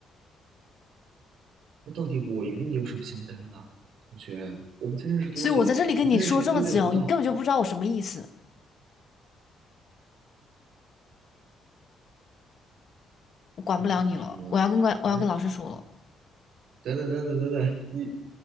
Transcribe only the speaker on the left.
所以我在这里跟你说这么久，
你根本就不知道我什么意思。我管不了你了，
我要跟管，
我要跟老师说了。